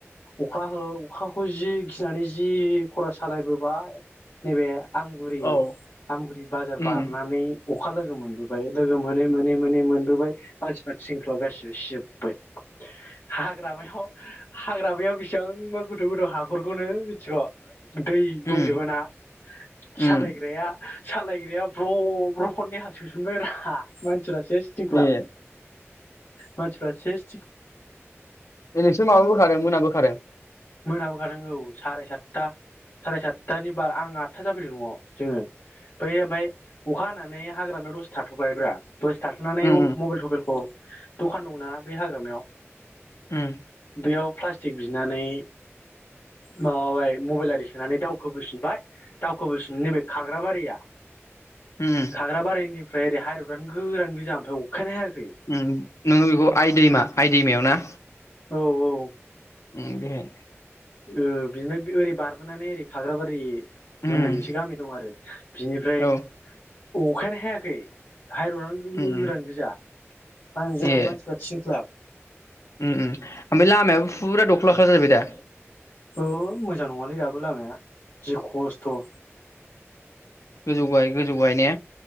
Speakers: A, on the left; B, on the left.
A: अखा हो अखाखौ जि गिनानै जि खर सालायबोबाय नैबे आमगुरि
B: औ
A: आमगुरि बाजार
B: उम
A: बारनानै अखा लोगो मोनबोबाय लोगो मोनै मोनै मोनै मोनबोबाय मानसिफ्रा थिंख्लाब गासिबो सिजोब्बाय। हाग्रामायाव हाग्रामायाव बेसिबांबा गोथौ गोथौ हाखरखौनो मिथिग दै दंजोबो
B: उम
A: ना सालायग्राया
B: उम
A: सालायग्राया ब्र ब्र खननै हासोसनबाय रा मान सेस टिंक्लाब
B: ए
A: मानसिफ्रा सेस टिं
B: ए नोंसोर माबाबोखादों मोनाबोखादों?
A: मोनाबोखादों औ साराय सातथा साराय सातथानि बार आं आठथा जाफैदों नआव जोङो बै ओमफ्राय अखा हानानै हाग्रामायाव दसे थाथ'बाय ब्रा दसे थाथ'नानै
B: उम
A: मबाइल थबाइलखौ दखान दंना बे हाग्रामायाव?
B: उम।
A: बेयाव प्लास्टिक बि बिनानै माबाबाय मबाइल आरि सोनानै दावखो बोफैनबाय दावखोबोफिना नैबे खाग्राबारिया
B: उम
A: खाग्रा बारिनि फ्राय एरै हाइरडआनो गोरान गोजा ओमफ्राय अखायानो हाया
B: उम नोङो बेखौ आइ दैमा आइ दैमायावना।
A: औ औ।
B: उम बेहाय।
A: ओ बिनिफ्राय ओरै बारबोनानै ओरै खाग्राबारि।
B: उम
A: मोननाय मोनसे गामि दं आरो बिनिफ्राय।
B: औ
A: अखायानो हायाखै। हाइरड गोरान
B: उम उम
A: गोजा जोंहा
B: ए
A: मानसिफ्रा थिनख्लाब।
B: उम उम ओमफ्राय लामायाबो फुरा दख्लाखा जाहैबाय दा।
A: औ मोजां नङालै दाबो लामाया जि खस्थ'।
B: गोजौ गाहाय गोजौ गाहाय ने।